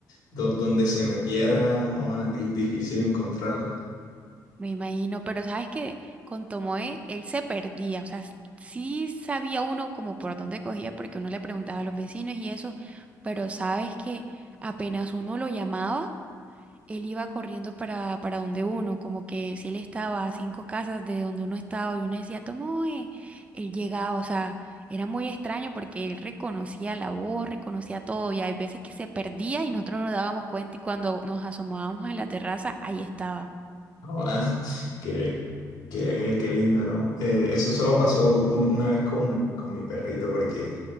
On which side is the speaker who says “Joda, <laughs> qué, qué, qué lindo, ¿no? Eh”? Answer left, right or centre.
Left